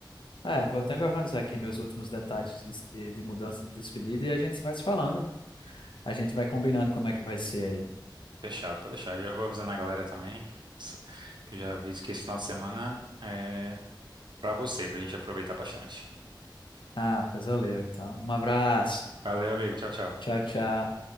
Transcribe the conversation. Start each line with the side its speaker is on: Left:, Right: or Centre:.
Left: Ah, É, vou ter que organizar aqui meus últimos detalhes de, de, de mudança de despedida e a gente vai se falando. A gente vai combinando como é que vai ser aí.
Right: Fechado, pode deixar. Eu já vou avisando a galera também, que eu já aviso que esse final de semana é pra você, pra gente aproveitar bastante.
Left: Ah, pois valeu, então. Um abraço.
Right: Valeu, amigo. Tchau, tchau.
Left: Tchau, tchau.